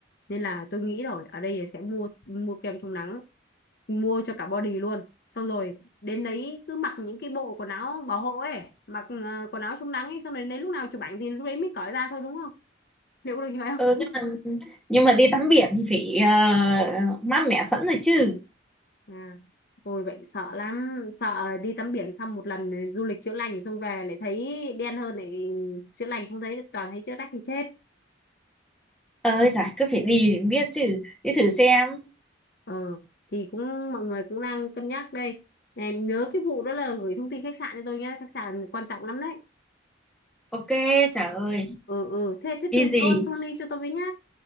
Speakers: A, on the left; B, in the centre.
A: nên là tôi nghĩ rồi ở đây sẽ mua mua kem chống nắng mua cho cả body luôn xong rồi đến đấy cứ mặc những cái bộ quần áo bảo hộ ấy mặc ờ, quần áo chống nắng ấy xong rồi đến lúc nào chụp ảnh thì lúc đấy mới cởi ra thôi đúng không liệu có được như vậy không
B: ừ, nhưng mà nhưng mà đi tắm biển thì phải ờ, mát mẻ sẵn rồi chứ
A: <laughs> à ôi vậy sợ lắm sợ đi tắm biển xong một lần du lịch chữa lành xong về lại thấy đen hơn lại chữa lành không thấy toàn thấy chữa rách thì chết
B: ơi giải cứ phải đi thì mới biết chứ đi thử xem
A: ờ thì cũng mọi người cũng đang cân nhắc đây này nhớ cái vụ đó là gửi thông tin khách sạn cho tôi nhé khách sạn quan trọng lắm đấy
B: ok trời ơi
A: ừ ừ thế thế
B: đi
A: tìm
B: gì
A: luôn luôn đi cho tôi với nhá